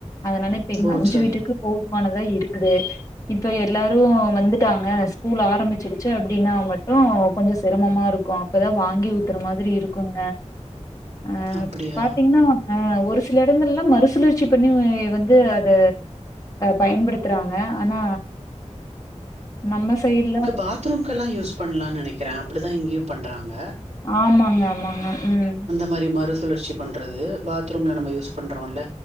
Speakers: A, on the left; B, on the right.
A: அதனால இப்ப
B: ஓ!
A: அஞ்சு
B: சரி.
A: வீட்டுக்கு போதுமானதா இருக்கு இப்ப எல்லாரு வந்துட்டாங்க ஸ்கூல் ஆ ஆரம்பிச்சிருச்சு அப்படின்னா மட்டு கொஞ்சு சிரமமா இருக்கு அப்பதா வாங்கி ஊத்துற மாதிரி இருக்குங்க அ
B: அப்படியா?
A: பாத்தீங்கன்னா ஆ ஒரு சில இடங்கள்லா மறுசுழற்சி பண்ணி வந்து அதை பயன்படுத்துகிறாங்க ஆனா நம்ம சைட்ல
B: பாத்ரூம்கெல்லா யூஸ் பண்ணலான்னு நெனைக்கிறே அப்படிதா இங்கேயு பன்றாங்க
A: ஆமாங்க ஆமாங்க உம்
B: மாரி மறுசுழற்சி பண்றது பாத்ரூம்ல நம்ம யூஸ் பண்றோல்ல